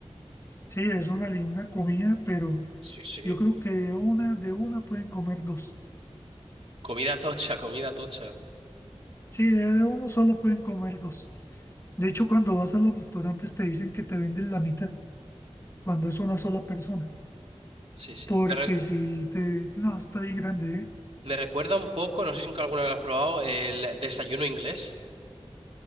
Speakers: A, on the left (about 25°); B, on the right (about 70°).
A: Sí, es una, li- una comida, pero
B: Sí, sí.
A: yo creo que de una, de una pueden comer dos.
B: Comida tocha, comida tocha.
A: Sí, de, de uno solo pueden comer dos. De hecho, cuando vas a los restaurantes te dicen que te venden la mitad, cuando es una sola persona.
B: Sí, sí.
A: Porque
B: Me, re-
A: si te... No, está bien grande, ¿eh?
B: me recuerda un poco, no sé si nunca alguna vez lo has probado, el desayuno inglés.